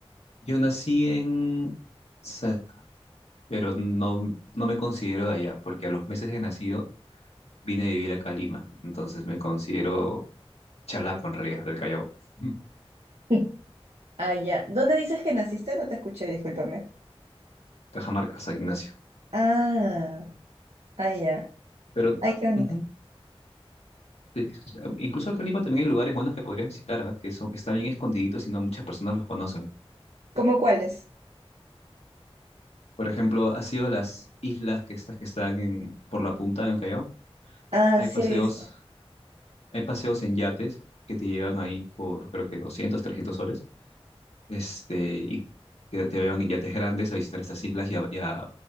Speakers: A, on the left; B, on the right.
A: yo nací en San, pero no, no me considero de allá, porque a los meses de nacido vine a vivir acá a Lima, entonces me considero chalaco en realidad, del Callao, <laughs>
B: <laughs> Ah, ya. ¿Dónde dices que naciste? No te escuché, discúlpame.
A: Cajamarca, San Ignacio.
B: Ah, ah, ya.
A: Pero,
B: Ay, qué bonito.
A: ujú, sí, Incluso acá en Lima también hay lugares buenos que podrías visitar, ¿ah? que son, están bien escondiditos y no muchas personas los conocen.
B: ¿Cómo cuáles?
A: Por ejemplo, ¿has ido a las islas que estas que están en, por la punta en el Callao?
B: Ah,
A: Hay
B: sí,
A: paseos,
B: he visto.
A: hay paseos en yates que te llevan ahí por creo que 200, 300 soles, este, y te, te llevan en yates grandes a visitar estas islas y a, y a